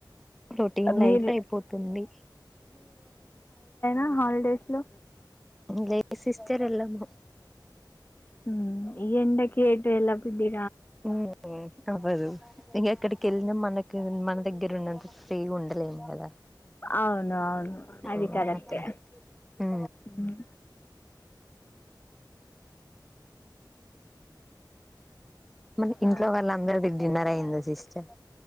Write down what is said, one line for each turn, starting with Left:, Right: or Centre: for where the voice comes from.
Centre: రొటీన్
Left: మీరు
Centre: లైఫ్ అయిపోతుంది
Left: ఆ హాలిడేస్ లో
Centre: లే సిస్టర్ ఎల్లము
Left: ఊమ్ ఈ ఎండకి ఎటు ఎల్లా బుద్ధి
Centre: ఊ అవ్వదు ఇంగ ఎక్కడికి ఎళ్ళినా మన కి మన దగ్గర ఉన్నంత ఫ్రీ గ ఉండలేమ్ కదా
Left: అవును అవును అది
Centre: ఊ
Left: కరెక్టే
Centre: ఎట్లా ఊ
Left: ఉమ్.
Centre: మనకి ఇంట్లో
Left: ఆ,
Centre: వాళ్ళ అందరిది డిన్నర్ అయిం దా సిస్టర్